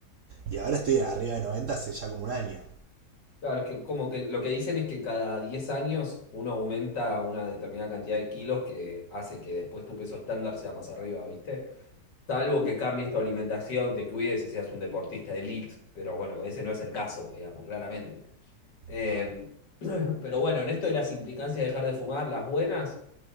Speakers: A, on the right; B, on the left.
A: Y ahora estoy arriba de 90 hace ya como un año,
B: Claro, que como que lo que dicen es que cada 10 años uno aumenta una determinada cantidad de kilos que hace que después tu peso estándar sea más arriba, ¿viste? Salvo que cambies tu alimentación, te cuides y seas un deportista elite, pero bueno, ese no es el caso, digamos, claramente. Eh,
A: ¿no?
B: <clears throat> pero bueno, en esto de las implicancias de dejar de fumar, las buenas,